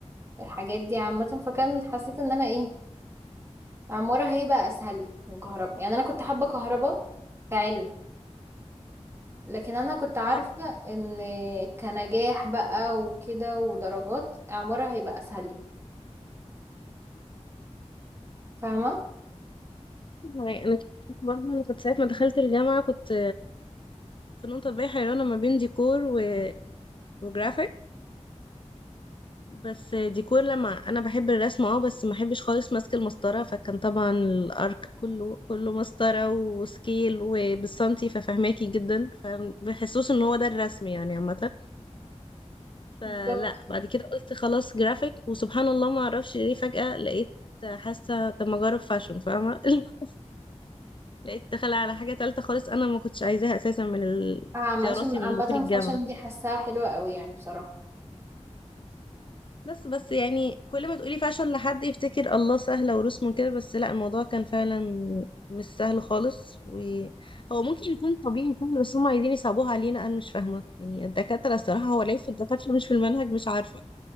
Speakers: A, on the right; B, on the left.
A: الحاجات دي عامة فكان حسيت ان انا ايه عمارة هيبقى أسهل لي من كهرباء يعني أنا كنت حابة كهرباء كعلم لكن أنا كنت عارفة
B: اه
A: إن كنجاح بقى وكده ودرجات عمارة هيبقى أسهل لي فاهمة
B: يعني انا كنت- برضه انا كنت ساعه ما دخلت الجامعه كنت فنون تطبيقيه حيرانه ما بين ديكور و... وجرافيك بس ديكور لما انا بحب الرسم اه بس ما بحبش خالص ماسك المسطره فكان طبعا الارك كله كله مسطره وسكيل وبالسنتي ففهماكي جدا فبحسوش ان هو ده الرسم يعني عامه فلا
A: بالظبط
B: بعد كده قلت خلاص جرافيك وسبحان الله ما اعرفش ليه فجاه لقيت حاسه طب ما اجرب فاشن فاهمه <laughs> لقيت دخل على حاجة تالتة خالص أنا ما كنتش عايزاها أساسا من ال-
A: عم-
B: اختياراتي
A: عشان عامة
B: من دخول الجامعة
A: فاشن دي حاساها حلوة قوي يعني بصراحة
B: بس بس يعني كل ما تقولي فاشل لحد يفتكر الله سهلة ورسمه كده بس لا الموضوع كان فعلا مش سهل خالص وهو ممكن يكون طبيعي سهل بس هم عايزين يصعبوها علينا أنا مش فاهمة يعني الدكاترة الصراحة هو ليه في الدكاترة مش في المنهج مش عارفة